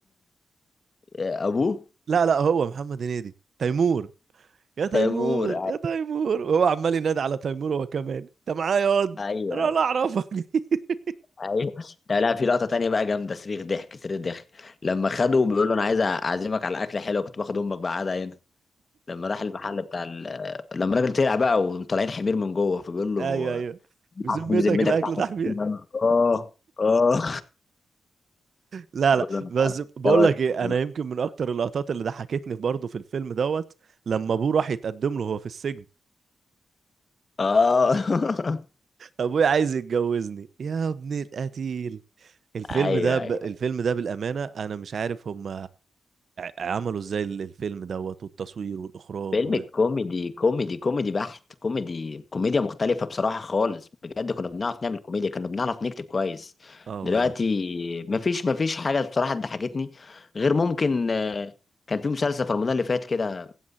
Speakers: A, on the left; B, on the right.
A: ابوه
B: لا لا هو محمد هنيدي تيمور يا تيمور
A: تيمور
B: يا تيمور وهو عمال ينادي على تيمور هو كمان انت معايا ياض
A: ايوه
B: انا ولا اعرفك <laughs>
A: ايوه ده لا في لقطه تانية بقى جامده صريخ ضحك صريخ ضحك لما خده بيقول له انا عايز اعزمك على اكله حلوه كنت باخد امك بقى قاعده هنا لما راح المحل بتاع ال... لما الراجل طلع بقى وطالعين حمير من جوه فبيقول له
B: ايوه ايوه
A: <laughs> لحمه
B: بذمتك
A: دي بذمتك
B: الاكل
A: لحمه
B: ده حبيبي
A: دي بذمتك؟ اه اه
B: لا
A: بقول
B: لا
A: له انا
B: بس
A: أنا
B: بقول
A: دوت
B: لك ايه
A: مبهور
B: انا يمكن من اكتر اللقطات اللي ضحكتني برضه في الفيلم دوت لما ابوه راح يتقدم له هو في السجن
A: اه <laughs>
B: ابويا عايز يتجوزني يا ابن القتيل الفيلم
A: ايوه
B: ده ب...
A: ايوه
B: الفيلم ده بالامانه انا مش عارف هم عملوا ازاي ال- الفيلم دوت والتصوير والاخراج
A: فيلم
B: و...
A: كوميدي كوميدي كوميدي بحت كوميدي كوميديا مختلفه بصراحه خالص بجد كنا بنعرف نعمل كوميديا كنا بنعرف نكتب كويس
B: اه
A: دلوقتي
B: والله
A: مفيش مفيش حاجه بصراحه ضحكتني غير ممكن آه، كان في مسلسل في رمضان اللي فات كده